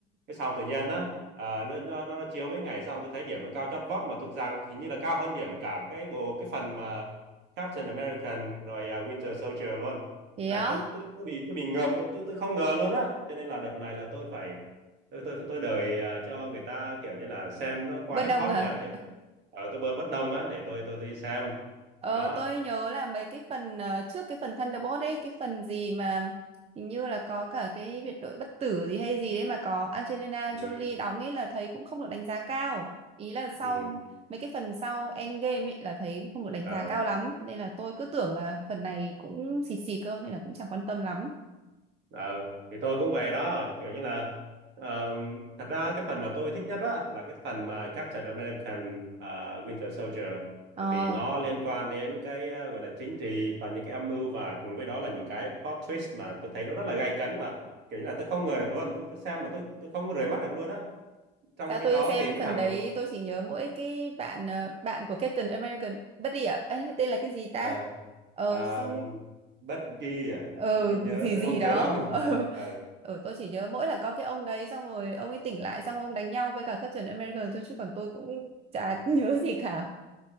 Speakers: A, on the right; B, on the right.
A: cái xong tự nhiên á à, nó, nó nó nó chiếu mấy ngày xong tôi thấy điểm nó cao chót vót mà thuộc rằng hình như là cao hơn điểm cả cái bộ cái phần mà Captain American rồi à, Winter Soldier luôn
B: thế
A: là
B: á?
A: tôi tôi tôi bị tôi bị ngợp luôn tôi tôi không ngờ luôn á cho nên là đợt này là tôi phải tôi tôi tôi đợi à, cho người ta kiểu như là xem nó qua
B: Bất
A: hết
B: đồng
A: hot
B: à?
A: rồi á để ở tôi bơi bất đồng á để tôi tôi tôi đi xem
B: Ờ,
A: đó
B: tôi nhớ là mấy cái phần ờ, trước cái phần Thunderbolt ấy, cái phần gì mà hình như là có cả cái biệt đội bất tử gì hay gì đấy mà có Angelina
A: ừ
B: Jolie đóng ấy là thấy cũng không được đánh giá cao. Ý là sau
A: ừ
B: mấy cái phần sau Endgame ấy là thấy không được đánh
A: ờ
B: giá cao lắm. Nên là tôi cứ tưởng là phần này cũng xịt xịt cơ nên là cũng chẳng quan tâm lắm.
A: Ờ, thì tôi cũng về đó kiểu như là ờ, thật ra cái phần mà tôi thích nhất á là cái phần mà Captain American ờ, Winter Soldier
B: Ờ,
A: tại vì nó liên quan đến cái ờ, gọi là chính trị và những cái âm mưu và cùng với đó là những cái plot twist mà tôi thấy nó rất là gay cấn mà kiểu như là tôi không ngờ được luôn tôi, tôi xem mà tôi tôi không có rời mắt được luôn á trong
B: sao
A: khi
B: tôi
A: đó
B: xem
A: thì cái
B: phần
A: thằng
B: đấy tôi chỉ nhớ mỗi cái bạn ờ, bạn của Captain American bất đi ạ. Ê, tên là cái gì ta?
A: ờ,
B: Ờ
A: ờ,
B: xong
A: Bucky à
B: ờ
A: tôi tôi nhớ
B: gì
A: tôi
B: gì
A: không
B: đó
A: nhớ lắm <laughs>
B: <laughs> ờ
A: Ờ,
B: ừ, tôi chỉ nhớ mỗi là có cái ông đấy xong rồi ông ấy tỉnh lại xong ông đánh nhau với cả Captain America thôi chứ còn tôi cũng chả
A: ừ,
B: <laughs> nhớ gì cả